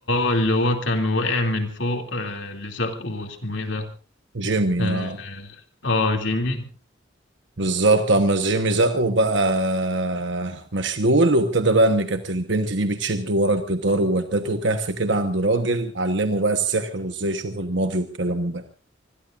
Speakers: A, on the left; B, on the right.
A: اه اللي هو كان وقع من فوق آه، اللي زقه اسمه ايه ده
B: جيمي
A: اه
B: اه
A: آه، جيمي
B: بالظبط اما جيمي زقه بقى مشلول وابتدى بقى ان كانت البنت دي بتشده ورا الجدار وودته كهف كده عند راجل علمه بقى السحر وازاي يشوف الماضي والكلام ده